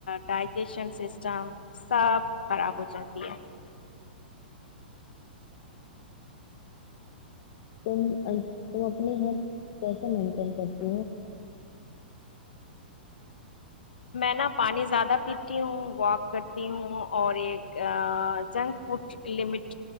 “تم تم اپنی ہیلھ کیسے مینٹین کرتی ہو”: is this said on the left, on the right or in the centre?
Left